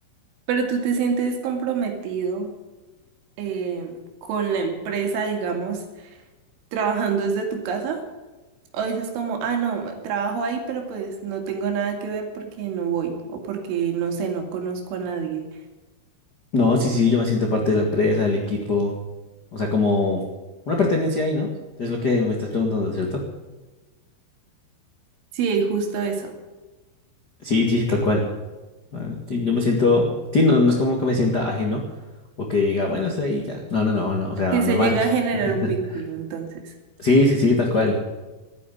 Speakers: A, on the right; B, on the left.
A: Pero tú te sientes comprometido eh, con la empresa, digamos, trabajando desde tu casa? ¿O dices como, ah, no, trabajo ahí, pero pues no tengo nada que ver porque no voy o porque no sé, no conozco a nadie?
B: No, sí, sí, yo me siento parte de la empresa, del equipo, o sea, como una pertenencia ahí, ¿no? Es lo que me estás preguntando, ¿cierto?
A: Sí, justo eso.
B: Sí, sí, sí, tal cual. Ah, sí, yo me siento, sí, no, no es como que me sienta ajeno o que diga, bueno, estoy ahí ya. No, no, no, no, o sea,
A: Si
B: normal.
A: se llega a generar
B: <laughs>
A: un vínculo, entonces.
B: Sí, sí, sí, tal cual,